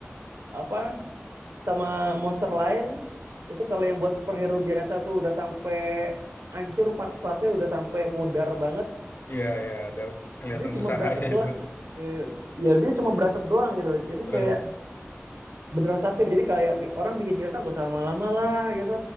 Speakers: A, on the right (about 80°); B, on the left (about 50°).
A: apa sama monster lain itu kalau yang buat superhero biasa tuh udah sampai hancur parts-partsnya udah sampai modar banget
B: Iya, iya, ada kelihatan
A: dia cuma
B: usahanya
A: berasap doang
B: itu.
A: Eh, ya dia cuma berasap doang gitu jadi
B: Terus,
A: kayak beneran satir jadi kayak orang bikin cerita nggak usah lama-lama lah gitu